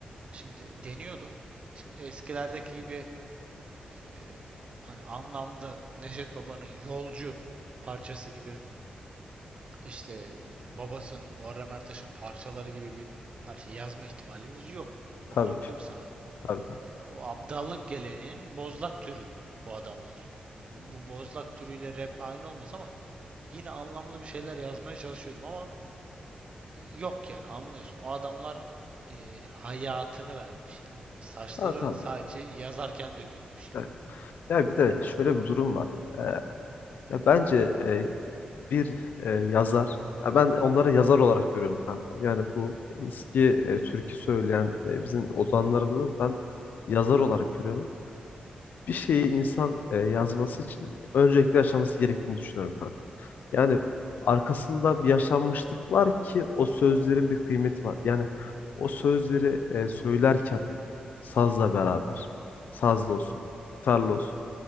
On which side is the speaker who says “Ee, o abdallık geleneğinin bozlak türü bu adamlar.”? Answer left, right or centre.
Right